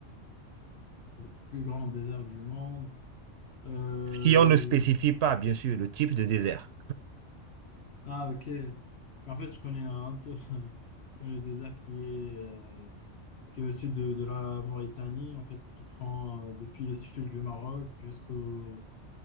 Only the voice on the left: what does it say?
Le plus grand désert du monde. Euh,
Ah, ok. En fait, je connais un seul <laughs> je connais le désert qui est, euh, qui est au sud de, de la Mauritanie, en fait, qui prend euh, depuis le sud du Maroc jusqu'au